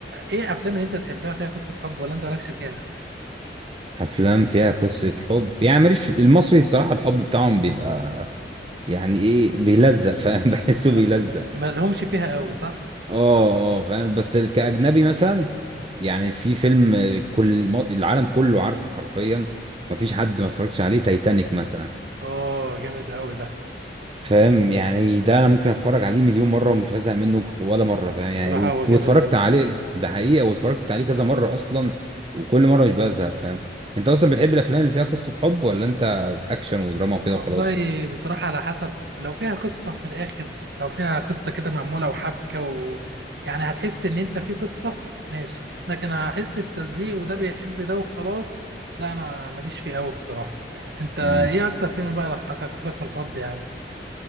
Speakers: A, on the right; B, on the right.
A: إيه أفلام اللي أنت تحبها فيها قصة حب ولا أنت مالكش فيها؟
B: افلام فيها قصه حب يعني ماليش في المصري الصراحه الحب بتاعهم بيبقى يعني ايه بيلزق فاهم <laughs> بحسه بيلزق
A: اه ما لهمش فيها قوي صح
B: اه اه فاهم بس ال- كاجنبي مثلا يعني في فيلم كل الم- العالم كله عارفه حرفيا مفيش حد ما اتفرجش عليه تايتانيك مثلا
A: اوه جامد قوي ده
B: فاهم يعني ده انا ممكن اتفرج عليه مليون مره ومش هزهق منه ولا مره فاهم
A: الصراحة
B: يعني و-
A: هو
B: واتفرجت
A: جامد قوي
B: عليه ده حقيقه واتفرجت عليه كذا مره اصلا وكل مره مش بزهق فاهم انت اصلا بتحب الافلام اللي فيها قصه حب ولا انت اكشن ودراما وكده
A: والله
B: وخلاص
A: بصراحة على حسب لو فيها قصة من الآخر لو فيها قصة كده معمولة وحبكة و... يعني هتحس إن أنت في قصة ماشي لكن هحس بتلزيق وده بيحب ده وخلاص لا أنا ماليش فيه قوي بصراحة أنت إيه
B: امم
A: أكتر فيلم بقى ضحكك سيبك من الحب يا عم